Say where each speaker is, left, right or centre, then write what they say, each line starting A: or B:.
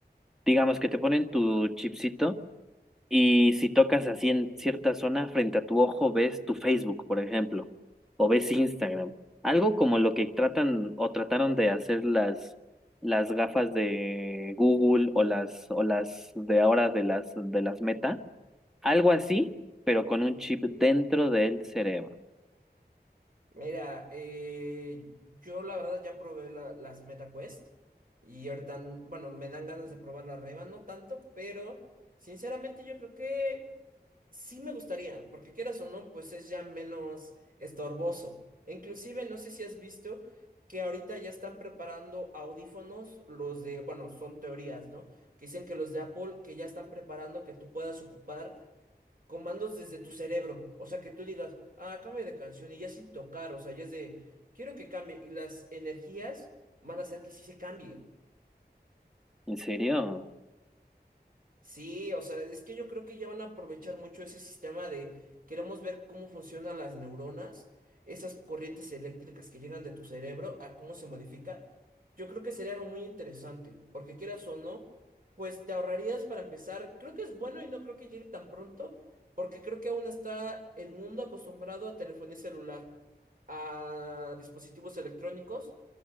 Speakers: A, in the centre; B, on the right (about 55°).
A: digamos que te ponen tu chipsito y si tocas así en cierta zona frente a tu ojo ves tu Facebook, por ejemplo, o ves Instagram. Algo como lo que tratan o trataron de hacer las las gafas de Google o las o las de ahora de las de las Meta algo así, pero con un chip dentro del cerebro.
B: Mira, eh, yo la verdad ya probé la- las MetaQuest y ahorita, bueno, me dan ganas de probar la Reba, no tanto, pero sinceramente yo creo que Sí me gustaría, porque quieras o no, pues es ya menos estorboso. Inclusive, no sé si has visto que ahorita ya están preparando audífonos, los de, bueno, son teorías, ¿no? Que dicen que los de Apple, que ya están preparando que tú puedas ocupar comandos desde tu cerebro. O sea, que tú digas, ah, cambia de canción y ya sin tocar, o sea, ya es de, quiero que cambie. Y las energías van a hacer que sí se cambie.
A: ¿En serio?
B: Sí, o sea, es que yo creo que ya van a aprovechar mucho ese sistema de queremos ver cómo funcionan las neuronas, esas corrientes eléctricas que llegan de tu cerebro, a cómo se modifica. Yo creo que sería algo muy interesante, porque quieras o no, pues te ahorrarías para empezar. Creo que es bueno y no creo que llegue tan pronto, porque creo que aún está el mundo acostumbrado a telefonía celular, a dispositivos electrónicos.